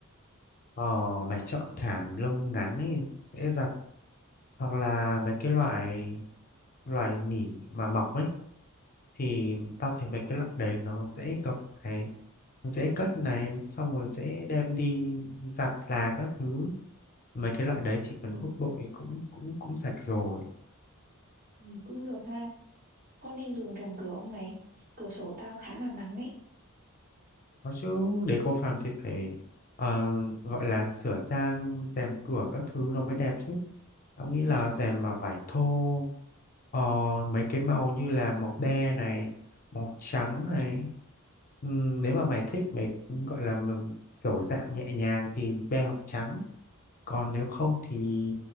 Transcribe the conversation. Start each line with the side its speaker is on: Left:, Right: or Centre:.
Left: ờ, mày chọn thảm lông ngắn ấy dễ giặt hoặc là mấy cái loại loại nỉ mà mỏng ấy thì tao thấy mấy cái loại đấy nó dễ gập này dễ cất này xong rồi dễ đem đi giặt là các thứ mấy cái loại đấy chỉ
Right: Ừ,
Left: cần hút bụi cũng cũng cũng sạch rồi
Right: ừ, cũng được ha. Con nên dùng rèm cửa không mày? Cửa sổ tao khá là nắng ấy.
Left: Có chứ, để cô phàm thì phải ờ, gọi là sửa sang rèm cửa các thứ nó mới đẹp chứ. Tao nghĩ là rèm mà vải thô, ờ, mấy cái màu như là màu be này, màu trắng này. Ừm, nếu mà mày thích mày gọi là mà kiểu dạng nhẹ nhàng thì be hoặc trắng. Còn nếu không thì